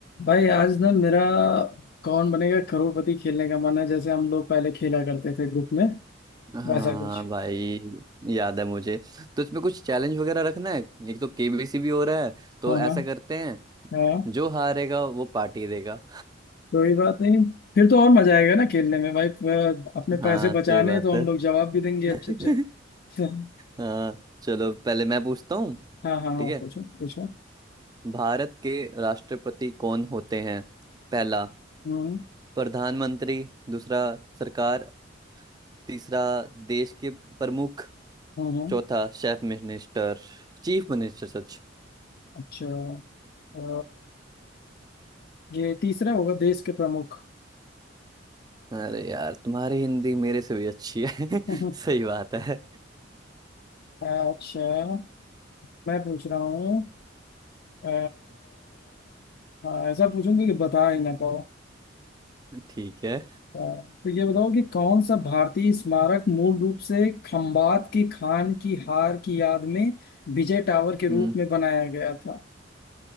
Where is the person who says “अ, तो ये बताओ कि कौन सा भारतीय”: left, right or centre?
Left